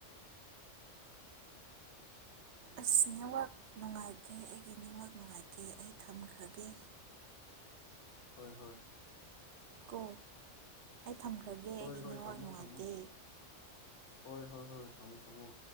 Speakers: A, on the right; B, on the left.
A: ꯑꯁ ꯅꯦꯠꯋꯥꯛ ꯅꯨꯡꯉꯥꯏꯇꯦ ꯑꯩꯒꯤ ꯅꯦꯠꯋꯥꯛ ꯅꯨꯡꯉꯥꯏꯇꯦ ꯑꯩ ꯊꯝꯈ꯭ꯔꯒꯦ
B: ꯍꯣꯏ ꯍꯣꯏ
A: ꯀꯣ ꯊꯝꯈ꯭ꯔꯒꯦ ꯑꯩꯒꯤ
B: ꯍꯣꯏ ꯍꯣꯏ
A: ꯅꯦꯠꯋꯥꯛ
B: ꯊꯝꯃꯣ
A: ꯅꯨꯡꯉꯥꯏꯇꯦ
B: ꯊꯝꯃꯣ ꯍꯣꯏ ꯍꯣꯏ ꯍꯣꯏ ꯊꯝꯃꯣ ꯊꯝꯃꯣ